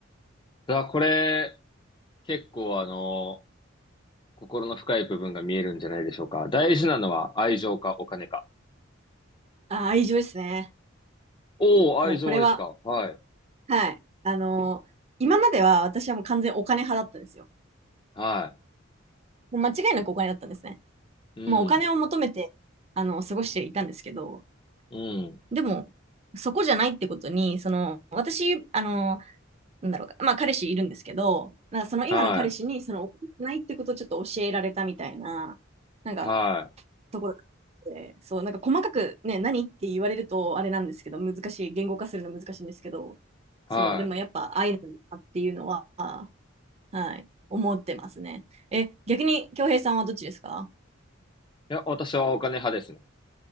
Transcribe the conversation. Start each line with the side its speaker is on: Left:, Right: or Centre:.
Left: さあ、これ、結構あの、心の深い部分が見えるんじゃないでしょうか。大事なのは愛情かお金か。
Right: あ、愛情ですね。
Left: おー、愛情ですか。
Right: もうこれは、
Left: はい。
Right: はい。あのー今までは私はもう完全にお金派だったんですよ。
Left: は
Right: もう間違いなくお金だったんですね。
Left: い。うん。
Right: もうお金を求めて、あの、過ごしていたんですけど、
Left: うん。
Right: でも、そこじゃないってことに、その、私、あの、なんだろうか、まあ彼氏いるんですけど、なんかその今の彼氏に、
Left: は
Right: その、怒ってないってことをちょっと教えられたみたいな、なんか、
Left: い。はい。
Right: ところがあってそう、なんか細かくね、何って言われると、あれなんですけど、難しい、言語化するの難しいんですけど、
Left: はい。
Right: そう、でもやっぱ愛なんだっていうのは、はい、思ってますね。え、逆に、京平さんはどっちですか
Left: いや、私はお金派ですね。